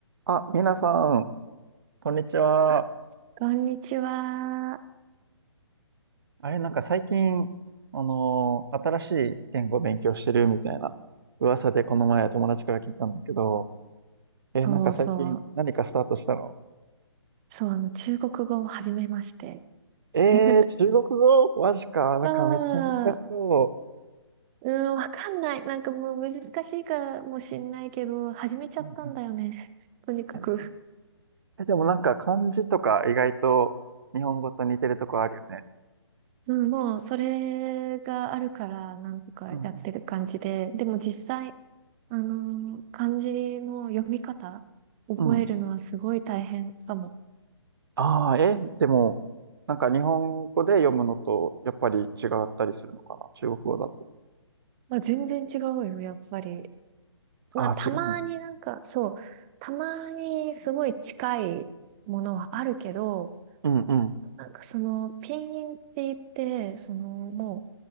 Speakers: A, on the right; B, on the right.
A: あ、皆さん、こんにちは。
B: あ、こんにちは。
A: あれ、なんか最近、あのー新しい言語を勉強してるみたいな噂でこの前友達から聞いたんだけど、え、
B: そうそう。
A: なんか最近何かスタートしたの
B: そう、あの、中国語を始めまして。
A: えー、
B: <laughs>
A: 中国語マジか。なんかめっちゃ難しそ
B: そう、うん、わかんない。なんかもう難しいかもしんないけど、始めちゃったんだよね。
A: う。うん
B: <laughs> とにかく。
A: うん。え、でもなんか漢字とか意外と日本語と似てるとこあるよね。
B: うん、もう、それがあるから、なんとかやってる感じで。
A: うん
B: でも実際、あのー漢字の読み方、覚えるのはすごい大変かも。
A: うん。うん。ああ、え、でも、なんか日本語で読むのとやっぱり違ったりするのかな中国語だと。
B: まあ、全然違うよ、やっぱり。まあ、
A: ああ、
B: たまになんか、
A: 違うの。
B: そう、たまにすごい近いものはあるけど、
A: うんうん。
B: なんかその、ピンインって言って、その、もう、